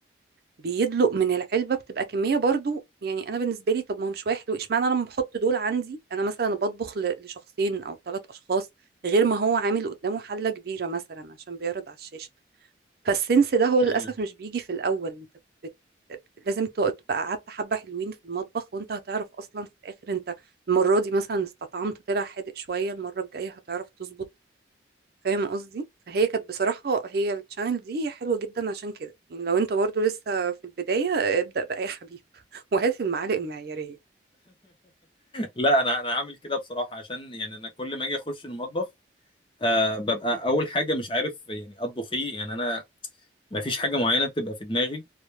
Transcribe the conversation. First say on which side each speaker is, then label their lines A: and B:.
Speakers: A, on the right; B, on the left.
A: بيدلق من العلبه بتبقى كميه برضو يعني انا بالنسبه لي طب ما هو مش واحد واشمعنى انا لما بحط دول عندي انا مثلا بطبخ ل- لشخصين او ثلاث اشخاص غير ما هو عامل قدامه حله كبيره مثلا عشان بيعرض على الشاشه فالسنس ده هو للاسف
B: <laughs>
A: مش بيجي في الاول انت بت... لازم ت- تبقى قعدت حبه حلوين في المطبخ وانت هتعرف اصلا في الاخر انت المره دي مثلا استطعمت طلع حادق شويه المره الجايه هتعرف تظبط فاهم قصدي فهي كانت بصراحة هي الشانل دي حلوة جدا عشان كده يعني لو انت برضو لسه في البداية ابدأ بقى يا حبيب <laughs> وهات المعالق المعيارية
B: لا انا انا هعمل كده بصراحه عشان يعني انا كل ما اجي اخش المطبخ أه ببقى اول حاجه مش عارف يعني اطبخ ايه يعني انا ما فيش حاجه معينه بتبقى في دماغي